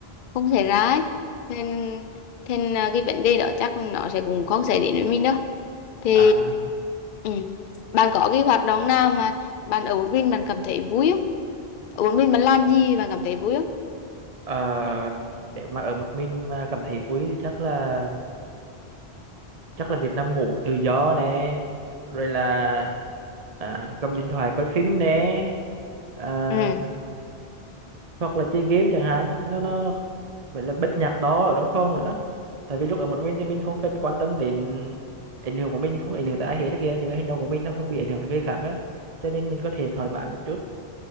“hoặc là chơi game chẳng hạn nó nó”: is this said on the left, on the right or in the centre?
Right